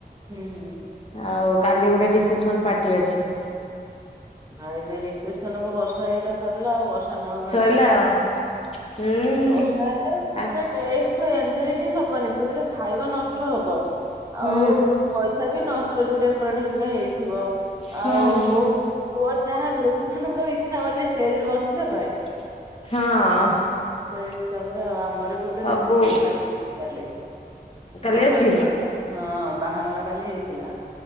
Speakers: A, on the right; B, on the left.
A: ହୁଁ ହୁଁ।
B: ଆଉ କାଲି ଗୋଟେ ରିସେପସନ ପାର୍ଟି ଅଛି।
A: ଆଉ ଏ ଯେ ରିସେପସନ କୁ ବର୍ଷା ହେଇଗଲା ସରିଲା ଆଉ ବର୍ଷା ନହବା
B: ସରିଲା
A: ଦରକାର।
B: ଆଉ ହୁଁ।
A: ବର୍ଷା ହେଲେ
B: ଆ
A: ମାନେ ମେ ଏକ ତ ଏନ୍ଜୟ ହିଁ ହବନି ଦୁଇରେ ଖାଇବା ନଷ୍ଟ ହବ।
B: ହୁଁ
A: ଆଉ ପଇସା ବି ନଷ୍ଟ ଯୋଉ ଡେକୋରେଟ୍ ହେରିକା ହେଇଥିବ
B: ହୁଁ
A: ଆଉ
B: ହୁଁ
A: ବହୁ ପୁଅ ଯାହାବି ହଉ ସେମାନଙ୍କୁ ଆଉ ଇ୍ଛା ହବ ଯାଇ ଷ୍ଟେଜ ରେ ବସିବା ପାଇଁ।
B: ହଁ।
A: ସେଇହିସାବରେ। ଆମର ବି ଗୋଟେ
B: ସବୁ
A: ରିସେପସନ୍ ପାର୍ଟି ଅଛି କାଲି
B: କାଲି
A: ମୋ ସାଙ୍ଗର
B: ଅଛି
A: ହଁ ବା ବାହାଘର କାଲି ହେଇଥିଲା